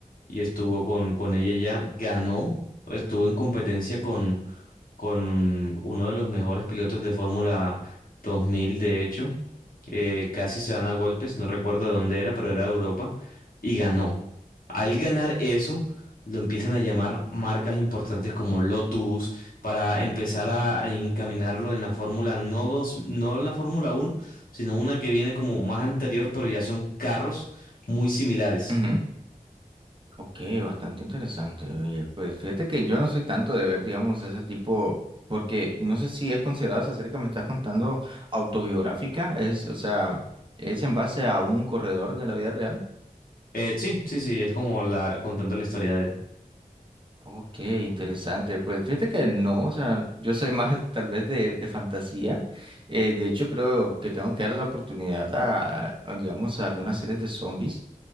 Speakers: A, on the left (about 75°); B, on the right (about 35°).
A: y estuvo con, con ella ya, ganó, estuvo en competencia con uno de los mejores pilotos de Fórmula 2000, de hecho. Eh, casi se dan a golpes, no recuerdo de dónde era, pero era de Europa, y ganó. Al ganar eso, lo empiezan a llamar marcas importantes como Lotus para empezar a, a encaminarlo en la Fórmula, no dos, no en la Fórmula 1, sino una que viene como más anterior, pero ya son carros muy similares.
B: ujú. Ok, bastante interesante. Oye, pues fíjate que yo no soy tanto de ver, digamos, ese tipo, porque no sé si es considerado esa serie que me estás contando autobiográfica, es, o sea, es en base a un corredor de la vida real.
A: Eh, sí, sí, sí, es como la, contando la historia de él.
B: Ok, interesante. Pues fíjate que no, o sea, yo soy más tal vez de, de fantasía. Eh, de hecho, creo que tengo que darle la oportunidad a, a, digamos, a algunas series de zombies.